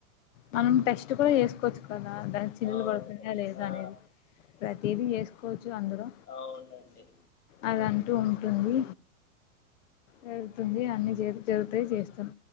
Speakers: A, on the left; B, on the left.
A: మనం టెస్ట్ కూడా చేసుకోవచ్చు. కదా దాని చిల్లు
B: అవును
A: పడుతున్నాయా లేదా
B: ఆ
A: అనేది ప్రతిదీ చేసు చ్చు అందరూ
B: అవునండి
A: అదంటూ ఉంటుంది. జరుగుతుంది. అన్ని జరుగుతాయి చేస్తాం